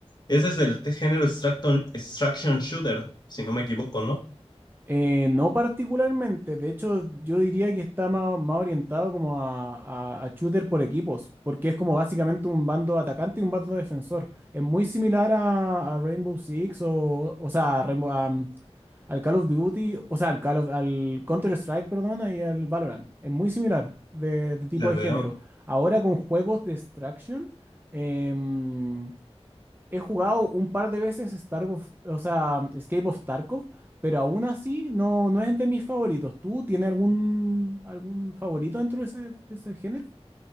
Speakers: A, on the left (about 40°); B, on the right (about 20°).
A: Ese es del t- género extraction, extraction shooter, si no me equivoco, ¿no?
B: Eh, no particularmente, de hecho yo diría que está más, más orientado como a, a- a shooter por equipos, porque es como básicamente un bando atacante y un bando defensor. Es muy similar a, a Rainbow Six o, o sea, a Rainbow- a, um, al Call of Duty, o sea, al Call of- al Counter-Strike, perdón, y al Valorant. Es muy similar de, de tipo
A: La
B: de
A: veo.
B: género. Ahora con juegos de extraction, em, He jugado un par de veces Starkov, o sea, Escape of Tarkov, pero aún así no, no es de mis favoritos. ¿Tú tienes algún, algún favorito dentro de ese, de ese género?